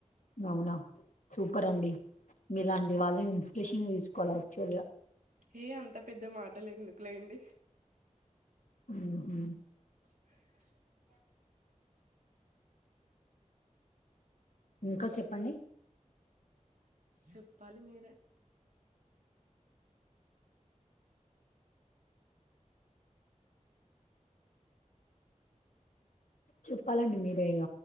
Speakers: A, on the left; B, on the right.
A: అవునా సూపర్ అండి
B: మ్,
A: మీలాంటి వాళ్ళని ఇన్స్పిరేషన్ తీసుకోవాలి యాక్చువల్గా
B: ఏ అంత పెద్ద మాటలు ఎందుకులేండి
A: ఉహు
B: <inaudible>
A: ఇంకా చెప్పండి
B: చెప్పాలి మీరే
A: చెప్పాలండి మీరే ఇగ